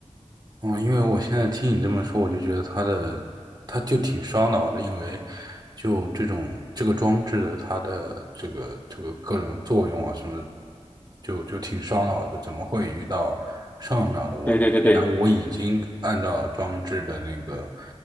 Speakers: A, on the right; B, on the left.
A: 嗯，因为我现在听你这么说，我就觉得它的，它就挺烧脑的，因为就这种这个装置，它的这个这个各种作用啊什么，就就挺烧脑的。怎么会遇到上一秒的我呢？
B: 对对对对。
A: 既然我已经按照装置的那个，